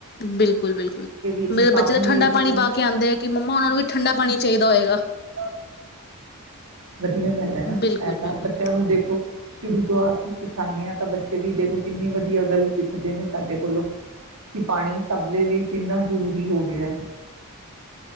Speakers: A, on the left (about 45°); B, on the right (about 75°).
A: ਬਿਲਕੁਲ- ਬਿਲਕੁਲ
B: ਇਨਸਾਨ
A: ਮੇਰੇ ਬੱਚੇ ਤਾਂ
B: ਲਈ
A: ਠੰਡਾ
B: ਵੀ
A: ਪਾਣੀ
B: ਕਿੰਨਾ
A: ਪਾ ਕੇ ਆਂਦੇ ਹੈ, ਕਿ ਮੰਮਾ ਉਹਨਾ ਨੂੰ ਵੀ ਠੰਡਾ ਪਾਣੀ ਚਾਹੀਦਾ। ਦ ਹੋਏਗਾ,
B: ਦਾ ਵਧੀਆ ਗੱਲ ਹੈ, ਨਾ
A: ਬਿਲਕੁਲ,
B: ਇਹ ਤਾਂ
A: ਬਿਲਕੁਲ।
B: ਬੱਚਿਆਂ ਨੂੰ ਦੇਖੋ ਸ਼ੁਰੂ ਤੋਂ ਅਸੀਂ ਸਿਖਾਂਦੇ ਹਾਂ ਤਾਂ ਬੱਚੇ ਵੀ ਦੇਖੋ ਕਿੰਨੀ ਵਧੀਆ ਗੱਲ ਸਿੱਖਦੇ ਨੇ ਤੁਹਾਡੇ ਕੋਲੋਂ ਕਿ ਪਾਣੀ ਸਭ ਦੇ ਲਈ ਕਿੰਨਾ ਜ਼ਰੂਰੀ ਹੋ ਗਿਆ ਹੈ।